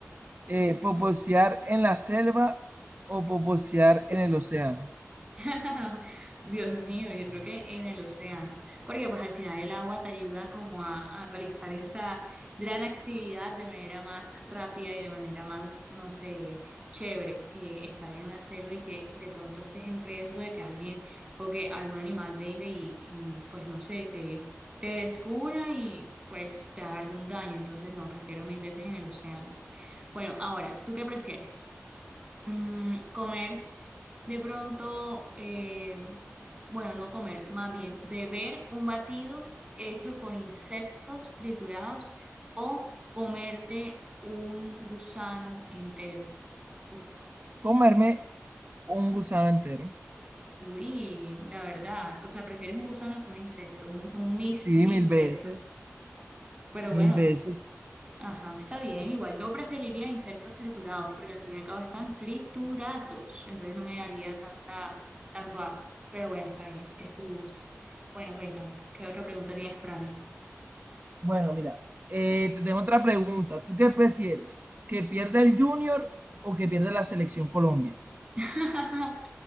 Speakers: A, on the right; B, on the right.
A: Eh, ¿poposear en la selva o poposear en el océano?
B: <laughs> Dios mío, yo creo que en el océano, porque pues al final el agua te ayuda como a, a realizar esa gran actividad de manera más rápida y de manera más, no sé, chévere que estar en una selva y que de pronto estés en riesgo de que alguien o que algún animal venga y, y pues no sé, te, te descubra y pues te haga algún daño. Entonces no, prefiero mil veces en el océano. Bueno, ahora, ¿tú qué prefieres? Mm, comer de pronto, eh, bueno, no comer, más bien beber un batido hecho con insectos triturados o comerte un gusano entero. Uf,
A: Comerme un gusano entero.
B: uy, la verdad, o sea, prefieres un gusano que un insecto, un, un mix
A: Sí,
B: de
A: mil
B: insectos.
A: veces,
B: Pero
A: mil
B: bueno,
A: veces.
B: Ajá, está bien. Igual yo preferiría insectos triturados, porque al fin y al cabo están triturados. Entonces no me daría tanta, tanto asco. Pero bueno, está bien, es tu gusto. Bueno, cuéntame, ¿qué otra pregunta tienes para mí?
A: Bueno, mira, eh, te tengo otra pregunta. ¿Tú qué prefieres? ¿Que pierda el Junior o que pierda la selección Colombia?
B: <laughs>